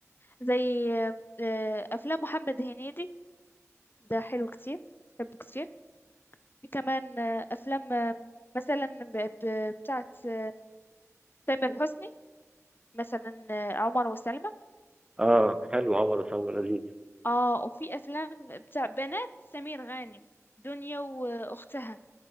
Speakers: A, on the left; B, on the right.
A: زي آه، آه، أفلام محمد هنيدي ده حلو كتير بحبه كتير في كمان آه، أفلام آه، مثلا ب- ب- بتاعت آه، تامر حسني مثلا آه، عمر وسلمى
B: اه حلو عمر وسلمى لذيذ
A: اه وفي افلام بتاع بنات سمير غانم دنيا واختها